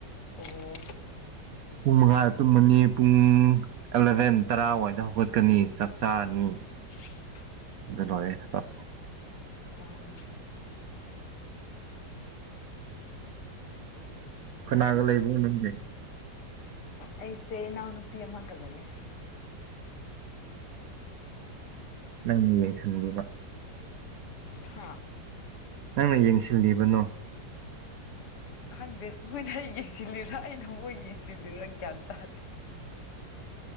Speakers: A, on the left; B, on the right.
A: ꯑꯣ
B: ꯎꯃ ꯇꯨꯝꯃꯅꯤ ꯄꯨꯡ ꯑꯦꯂꯚꯦꯟ ꯇꯔꯥꯋꯥꯏꯗ ꯍꯧꯒꯠꯀꯅꯤ ꯆꯥꯛ ꯆꯥꯔꯅꯤ
A: ꯑ
B: ꯦ
A: ꯑꯥ
B: ꯀꯅꯥꯒ ꯂꯩꯕ ꯅꯝꯗ
A: ꯑꯩꯁꯦ ꯅꯎ ꯅꯨꯄꯤ ꯑꯃꯃꯒꯜꯂꯒꯦ
B: ꯅ ꯂꯩ ꯈꯟꯕ
A: ꯍꯥꯥ
B: ꯅꯪꯅ ꯌꯦꯡꯁꯤꯜꯂꯤꯕꯅꯣ
A: ꯈꯪꯗꯦ ꯃꯣꯏꯅ ꯍꯒꯦꯁꯤꯜꯂꯤꯔꯥ ꯑꯩꯅ ꯊꯃꯣꯏ ꯌꯦꯡꯁꯤꯕꯤꯔ ꯒ꯭ꯌꯥꯟ ꯇꯥꯗꯦ